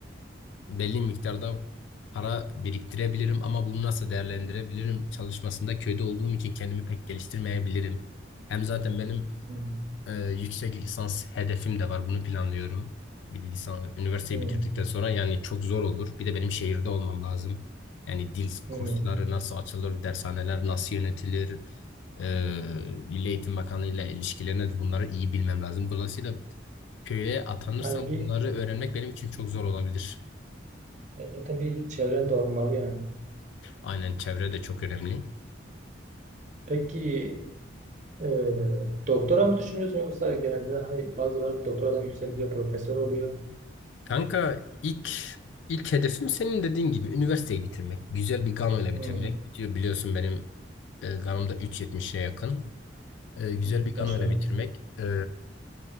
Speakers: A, on the left; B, on the right.
A: belli miktarda para biriktirebilirim ama bunu nasıl değerlendirebilirim çalışmasında köyde olduğum için kendimi pek geliştirmeyebilirim. Hem zaten benim
B: Hmm.
A: ee, yüksek lisans hedefim de var. Bunu planlıyorum. Bir de lisan, üniversiteyi
B: Hmm.
A: bitirdikten sonra yani çok zor olur. Bir de benim şehirde olmam lazım. Yani dil
B: Hmm.
A: kursları nasıl açılır, dershaneler nasıl yönetilir, ee, Milli Eğitim Bakanlığı ile ilişkilerine de bunları iyi bilmem lazım. Dolayısıyla köye atanırsam
B: Yani
A: bunları
B: bir
A: öğrenmek benim için çok zor olabilir.
B: yani zaten bir çevren de olmalı yani.
A: Aynen çevre de çok önemli.
B: Peki e, doktora mı düşünüyorsun yoksa genelde hani bazıları doktoradan yükseliyor, profesör oluyor.
A: Kanka ilk ilk hedefim senin dediğin gibi üniversiteyi bitirmek. Güzel bir ganoyla ile
B: Hmm.
A: bitirmek. Bitiyor biliyorsun benim e, ganom da 3.70'e yakın. E, güzel
B: Hmm.
A: bir ganoyla
B: Maşallah.
A: ile bitirmek. E,